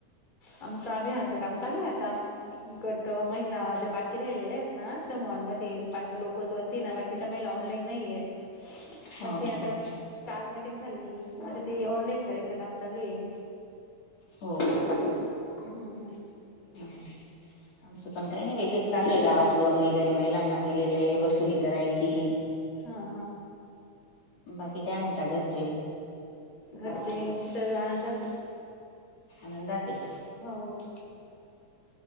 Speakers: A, on the left; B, on the left.
A: आमचं अभियानाचं काम चालू आहे आता. गटं, महिला ज्या बाकी राहिलेल्या आहेत ना ते मॉनमध्ये एक बाकी लोकच होती ना बाकीच्या महिला, ऑनलाईन नाही आहेत.
B: हा
A: मग ते
B: हा
A: आता
B: हा.
A: काल मीटिंग झाली. मग आता ते, ऑनलाईन करायचं काम चालू आहे.
B: हो.
A: अ, हम.
B: हम्. आमचं पण काय नाही बाई, तेच चालू आहे गावात. लोन वगैरे महिलांना दिलेलं आहे, वसुली करायची
A: हा हा
B: बाकी, काय म्हणतात घरचे?
A: घरचे, सर्व आनंदातच.
B: आनंदात आहे.
A: हो.....